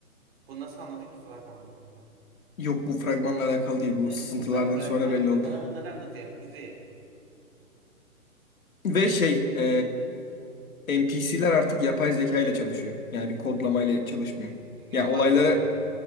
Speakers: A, on the right (about 40°); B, on the left (about 70°).
A: bu nasıl anladın ki fragmanda kanka?
B: Yok bu fragmanla alakalı değil. Bu
A: <laughs>
B: sızıntılardan
A: Ben bırakmam
B: sonra belli
A: dedi.
B: oldu.
A: Bana bunları anlatıyorsun kuzi.
B: Ve şey e, NPC'ler artık yapay zeka ile çalışıyor. Yani bir kodlamayla çalışmıyor. Yani
A: Yapay
B: olaylara
A: zekayla.